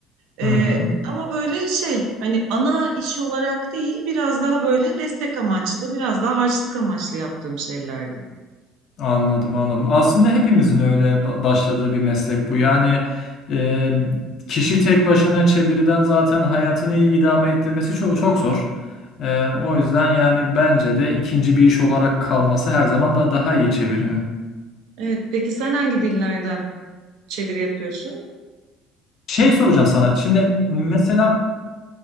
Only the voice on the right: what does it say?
Ee,
ama böyle şey hani ana iş olarak değil biraz daha böyle destek amaçlı biraz daha harçlık amaçlı yaptığım şeylerdi.
Evet peki sen hangi dillerden çeviri yapıyorsun?